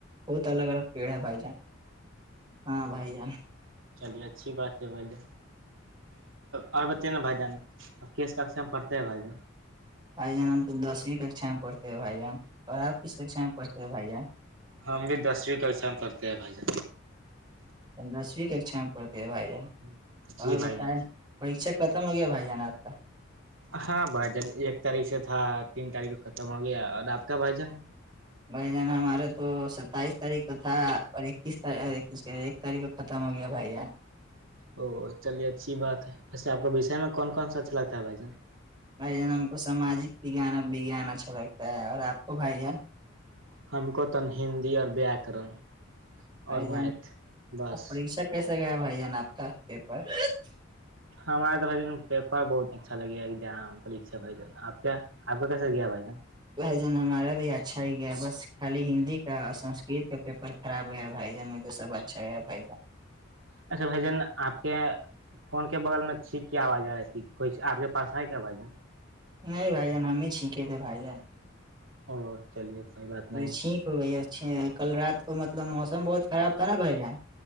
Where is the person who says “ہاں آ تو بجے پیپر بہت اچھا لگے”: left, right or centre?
Right